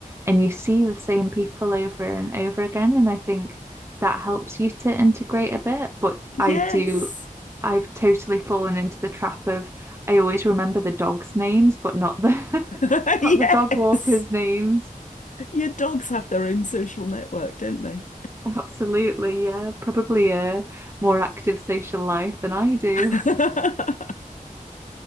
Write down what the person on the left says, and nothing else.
Yes,
<laughs>
yes.
Your dogs have their own social network, don't they?
<laughs>